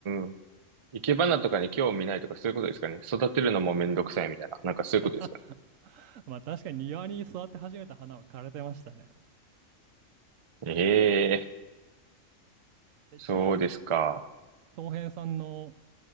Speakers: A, on the right; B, on the right.
A: ん、生け花とかに興味ないとかそういうことですかね。育てるのもめんどくさいみたいな、なんかそういうことですか
B: <laughs> まあ確かに庭に育て始めた花は枯れてましたね。
A: ね。ええ
B: え、
A: そうですか。
B: ちなみに、恭平さんの